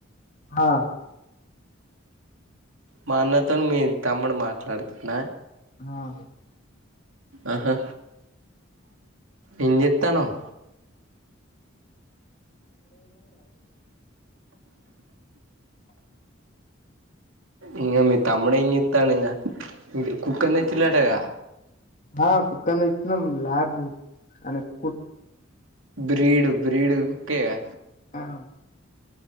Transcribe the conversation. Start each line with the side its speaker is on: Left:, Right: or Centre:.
Left: ఆ
Right: మా అన్నతోనీ మీ తమ్ముడు మాట్లాడుతుండ
Left: ఆ
Right: ఆహా ఏం చెత్తన్నావ్ ఇంగ మీ తమ్ముడు ఏం చెత్తండు ఇంగ కుక్కను తెచ్చిండు అంటగా
Left: అ కుక్కను తెచ్చినము ల్యాబ్ ఆయనకు
Right: బ్రీడ్ బ్రీడ్ కుక్కేగా
Left: ఆ